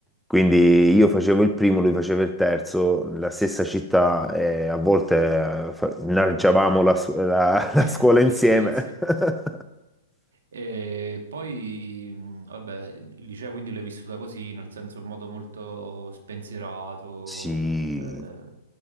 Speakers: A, in the centre; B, on the right.
A: Quindi
B: No,
A: io facevo il primo, lui faceva il terzo, la stessa città, e a volte eh, fa- innalzavamo la, su- la- <laughs> la
B: <laughs>
A: scuola insieme,
B: la scuola insieme.
A: <laughs>
B: E poi, mh, vabbè, il liceo quindi l'hai vissuta così, nel senso in modo molto spensierato,
A: Sì,
B: eh,